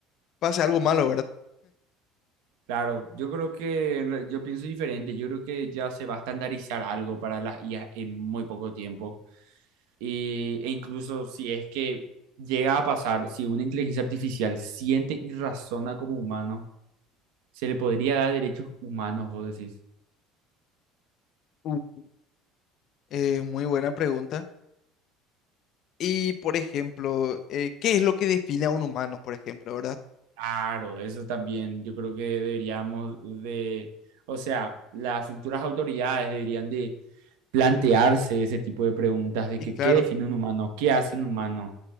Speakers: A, on the left (about 55°); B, on the right (about 80°).
A: pase algo malo, ¿verdad?
B: claro, yo creo que en re- yo pienso diferente. Yo creo que ya se va a estandarizar algo para las IA en muy poco tiempo. Y, e incluso si es que llega a pasar, si una inteligencia artificial siente y razona como humano, se le podría dar derechos humanos, vos decís.
A: Mm. Eh, muy buena pregunta. Y, por ejemplo, eh, ¿qué es lo que define a un humano, por ejemplo, verdad?
B: Claro, eso también yo creo que deberíamos de, o sea, las futuras autoridades deberían de plantearse ese tipo de preguntas de
A: Y
B: que
A: claro,
B: qué define un humano, qué hace un humano.